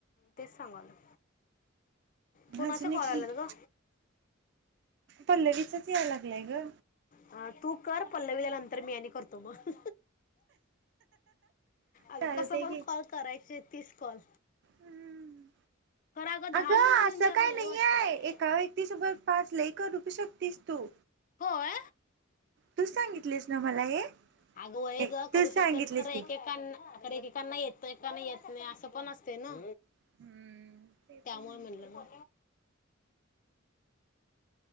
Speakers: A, on the left; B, on the right.
A: तेच सांगालोय कोणाचे
B: अजून एक
A: कॉल आल्यात
B: मिनिट
A: ग
B: पल्लवीचाच याय लागलाय ग
A: हा तू कर पल्लवी ला नन तर मी आणि करतो मग अग
B: चालतंय
A: कस पण कॉल करायचेत तीस कॉल
B: हम्म
A: खरं दहा
B: अगं
A: मिनिटं म्हणजे
B: असं
A: अगं
B: काही
A: लय
B: नाही
A: वाटतंय
B: हाय एका व्यक्तीसोबत पाच लई करू शकतीस तू
A: होय
B: तूच सांगितलीस ना मला हे
A: अगवय
B: तूच
A: ग करू
B: सांगितलीस
A: शकतात खरं
B: की
A: एकेकांना खर एकेकांना येत तर एकाना येत नाही असं पण असतय ना
B: हम्म ते
A: त्यामुळ
B: पण आहे सोड.
A: म्हणल म